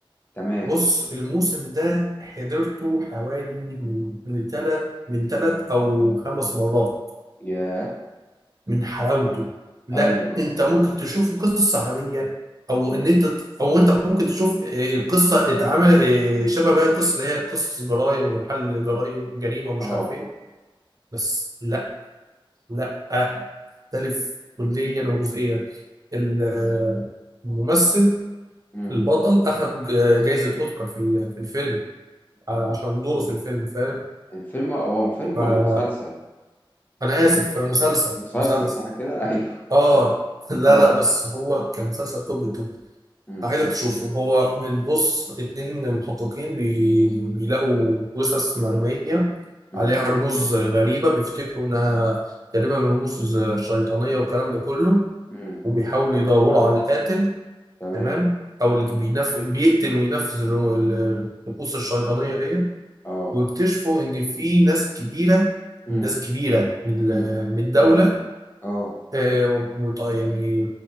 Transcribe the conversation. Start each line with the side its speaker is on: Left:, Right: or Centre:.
Left: تمام
Right: بص الموسم ده حضرته حوالي من من تلت من تلت او خمس مرات
Left: يا
Right: من حلاوته لا
Left: ايوه
Right: انت
Left: اه
Right: ممكن
Left: اه
Right: تشوفه قصه عاديه او
Left: مم.
Right: ان انت او انت ممكن تشوف آه، القصه اتعمل آه، شبه باقي القصص اللي هي قصص جرائم وحل جرائم جريمه ومش
Left: اه
Right: عارف ايه بس لا لا آه، مختلف كليا وجزئيا ال- آه، الممثل
Left: مم.
Right: البطل اخذ جائزه اوسكار في ال- في الفيلم عشان
Left: اه
Right: دوره في الفيلم فاهم
Left: يعني فيلم هو فيلم
Right: ف...
Left: ولا مسلسل
Right: انا اسف مسلسل
Left: مسلسل
Right: مسلسل
Left: صح كده <laughs> ايوه
Right: اه
Left: تمام
Right: <laughs> لا
Left: اه
Right: لا بس هو كان مسلسل توب التوب
Left: امم
Right: عايزك تشوفه هو من بص اتنين محققين بي... بيلاقوا جثث مرمية
Left: امم
Right: عليها رموز غريبة بيفتكروا انها تقريبا رموز شيطانية والكلام ده كله
Left: امم
Right: وبيحاولوا يدوروا على القاتل
Left: تمام
Right: تمام او اللي بينف... بيقتل وينفذ الرمو- ال- الرموز الشيطانية دي
Left: اه
Right: ويكتشفوا ان في ناس كبيرة
Left: امم
Right: ناس كبيرة من
Left: امم
Right: ال- من الدولة
Left: اه
Right: آه، مت- يعني